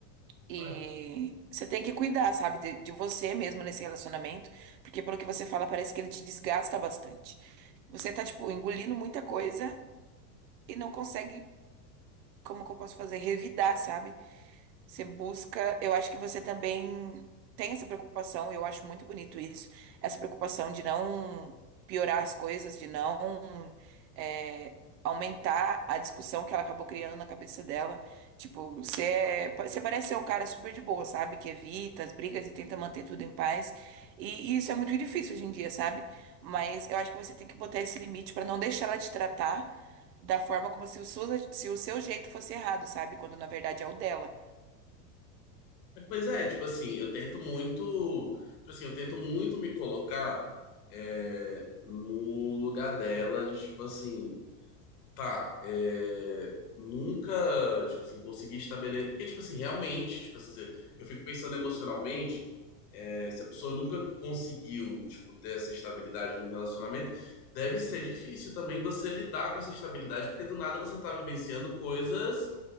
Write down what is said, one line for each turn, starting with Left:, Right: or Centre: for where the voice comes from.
Right: E
Left: Ah,
Right: você tem que cuidar, sabe, de, de você mesmo nesse relacionamento, porque pelo que você fala, parece que ele te desgasta bastante. Você tá, tipo, engolindo muita coisa e não consegue, como que eu posso fazer, revidar, sabe? Você busca, eu acho que você também tem essa preocupação, e eu acho muito bonito isso, essa preocupação de não piorar as coisas, de não é, aumentar a discussão que ela acabou criando na cabeça dela. Tipo, você, é- você parece ser um cara super de boa, sabe? Que evita as brigas e tenta manter tudo em paz. E, e isso é muito difícil hoje em dia, sabe? Mas eu acho que você tem que botar esse limite pra não deixar ela te tratar da forma como se o, seu- se o seu jeito fosse errado, sabe? Quando na verdade é o dela.
Left: é, Pois é, tipo assim, eu tento muito, tipo assim, eu tento muito me colocar é, no lugar dela, de tipo assim. Tá, é, nunca, tipo assim, consegui estabelecer. Porque, tipo assim, realmente, tipo assim, se- eu fico pensando emocionalmente, é, se a pessoa nunca conseguiu, tipo, ter essa estabilidade num relacionamento, deve ser difícil também você lidar com essa estabilidade, porque do nada você tá vivenciando coisas